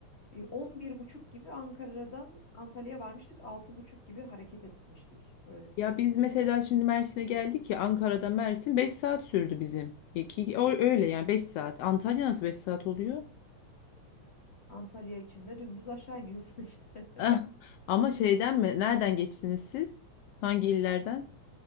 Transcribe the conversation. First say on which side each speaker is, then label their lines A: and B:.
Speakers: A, on the left; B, on the left.
A: e, on bir buçuk gibi Ankara'dan Antalya'ya varmıştık. altı buçuk gibi hareket etmiştik öyle söyleyeyim.
B: Ya biz mesela şimdi Mersin'e geldik ya Ankara'da Mersin 5 saat sürdü bizim. Ya ki- o- Öyle yani beş saat. Antalya nasıl 5 saat oluyor?
A: Antalya içinde dümdüz aşağı iniyorsun <laughs> işte.
B: Ah, ama şeyden mi? Nereden geçtiniz siz? Hangi illerden?